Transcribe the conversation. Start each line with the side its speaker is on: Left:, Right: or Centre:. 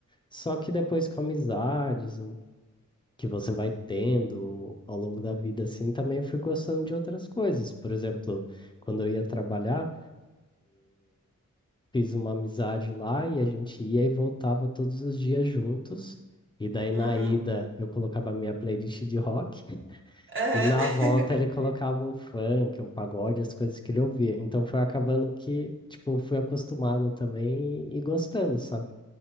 Left: Só que depois com amizades, que você vai tendo ao longo da vida, assim, também fui gostando de outras coisas. Por exemplo, quando eu ia trabalhar, fiz uma amizade lá e a gente ia e voltava todos os dias juntos. E daí na
Right: Uhum.
Left: ida eu colocava a minha playlist de rock <laughs>
Right: Aham.
Left: e na volta ele
Right: <laughs>
Left: colocava um funk, um pagode, as coisas que ele ouvia. Então foi acabando que, tipo, fui acostumado também e gostando, sabe?